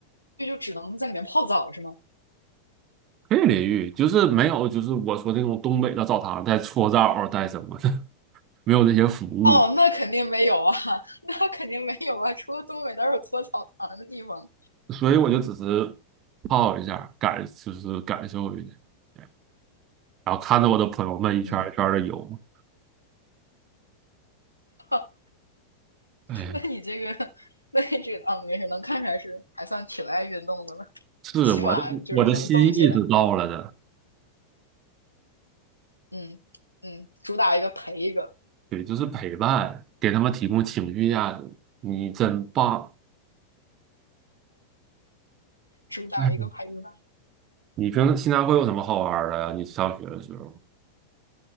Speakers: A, on the left; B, on the right.
A: 就只能在里面泡澡是吗？
B: 可以淋浴，就是没有，就是我说那种东北的澡堂带搓澡带什么的，<laughs> 没有这些服务，
A: 哦，那肯定没有啊，<laughs> 那肯定没有啊，除了东北哪有搓澡堂的地方？
B: 所以我就只是泡一下，感就是感受一下，对然后看着我的朋友们一圈儿一圈的游，
A: 嗯，<laughs> <laughs>
B: 哎
A: 那你这个，那你这个啊，没事，能看出来是还算挺爱运动的了，
B: 是我的我的心意是到了的，
A: 起码就是能动起来。嗯嗯，主打一个陪一个，
B: 对，就是陪伴，给他们提供情绪价值，你真棒。
A: 主打一个陪一个。
B: 哎，你平时现在会有什么好玩儿的呀？你上学的时候